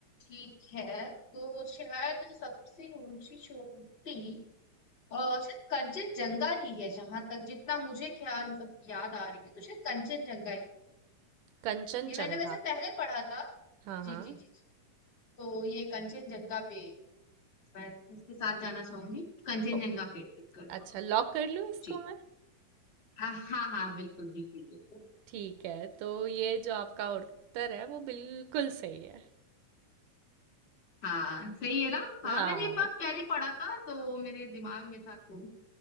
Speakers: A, on the left (about 20°); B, on the right (about 80°).
A: ठीक है तो शायद सबसे ऊंची चोटी और शायद कंचनजंगा ही है जहां तक जितना मुझे ख्याल मतलब याद आ रही है तो शायद कंचनजंगा ही
B: कंचनजंगा
A: ये मैंने वैसे पहले पढ़ा था
B: हाँ
A: जी
B: हाँ
A: जी जी तो ये कंचनजंगा पे मैं इसके साथ जाना चाहूंगी कंचनजंगा
B: ओ,
A: पे क्लिक कर
B: अच्छा
A: पाऊँ
B: लॉक कर लूँ इसको
A: जी हाँ हाँ हाँ बिल्कुल बिल्कुल बिल्कुल
B: ठीक है तो ये जो आपका उत्तर है वो बिल्कुल सही है
A: हाँ सही है ना हाँ
B: हाँ
A: मैंने ये बात पहले पढ़ा था तो मेरे दिमाग में था तो